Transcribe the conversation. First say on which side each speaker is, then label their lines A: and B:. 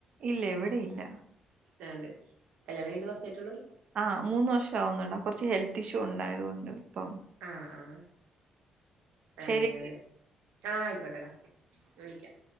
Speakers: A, on the right; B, on the right.
A: ഇല്ല ഇവിടെയില്ല
B: അതെ അതെ കല്യാണം കൈഞ്ഞിട്ട് കൊറ്ച്ചായ്ട്ടുള്ളൂ
A: ആ മൂന്ന് വർഷാവുന്നട കൊറ്ച്ച് ഹെൽത്തിഷ്യൂ ഉണ്ടായത് കൊണ്ട് ഇപ്പം
B: ആ ആ അങ്ങനെ
A: ശരി.
B: ആ ആയ്ക്കോട്ടടാ വിളിക്കാം